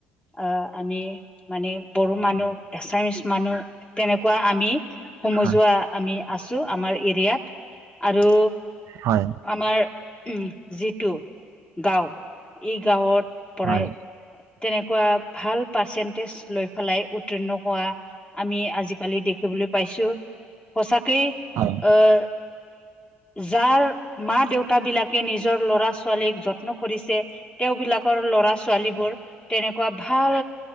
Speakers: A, on the left; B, on the right.
A: আহ আমি মানে বড়ো মানুহ এছামিচ মানুহ তেনেকুৱা আমি সমজোৱা
B: হয়
A: আমি আছোঁ আমাৰ এৰিয়াত আৰু
B: হয়
A: আমাৰ উম যিটো গাওঁ এই গাঁৱত পৰাই
B: হয়
A: তেনেকুৱা ভাল পাৰ্চেন্টেজ লৈ পেলাই উত্তীৰ্ণ হোৱা আমি আজিকালি দেখিবলৈ পাইছোঁ। সঁচাকেই
B: হয়
A: অহ যাৰ মা দেউতা বিলাকে নিজৰ লৰা ছোৱালীক যত্ন কৰিছে তেওঁ বিলাকৰ ল'ৰা ছোৱালীবোৰ তেনেকুৱা ভাল